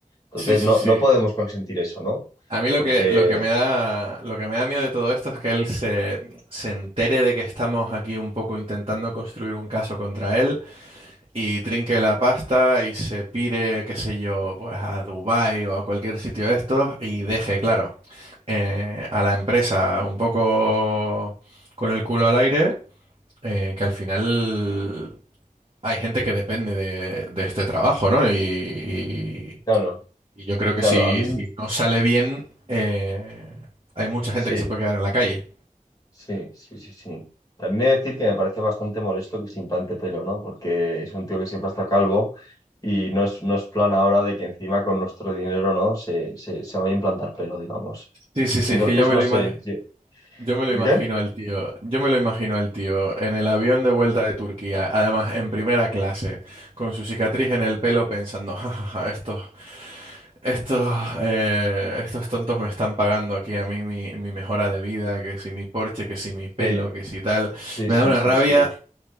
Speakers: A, on the left (about 25°); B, on the right (about 40°).
A: Entonces
B: Sí, sí,
A: no,
B: sí.
A: no podemos consentir eso, ¿no?
B: A mí lo
A: Porque,
B: que, lo que me da, lo que me da miedo de todo esto es que él se, se entere de que estamos aquí un poco intentando construir un caso contra él y trinque la pasta y se pire, qué sé yo, pues a Dubái o a cualquier sitio de estos y deje, claro, eh, a la empresa un poco con el culo al aire, eh, que al final hay gente que depende de, de este trabajo, ¿no? Y,
A: claro.
B: y yo creo que
A: Claro,
B: si,
A: a mí
B: si no sale bien, eh, hay mucha gente
A: sí,
B: que se puede quedar en la calle.
A: sí, sí, sí, sí. También he de decir que me parece bastante molesto que se implante pelo, ¿no? Porque es un tío que siempre ha estado calvo y no es, no es plan ahora de que encima con nuestro dinero, ¿no? Se, se, se vaya a implantar pelo, digamos.
B: Sí, sí, sí,
A: Entonces,
B: es que yo me
A: no
B: lo
A: sé,
B: imag-
A: yo-
B: yo me lo
A: ¿El
B: imagino
A: qué?
B: al tío, yo me lo imagino al tío en el avión de vuelta de Turquía, además en primera clase, con su cicatriz en el pelo pensando, "Ja, ja, ja, estos, estos, eh, estos tontos me están pagando aquí a mí mi, mi mejora de vida, que si mi Porsche, que si mi pelo,
A: Sí,
B: que si tal.
A: sí,
B: Me
A: sí,
B: da una
A: sí,
B: rabia.
A: sí.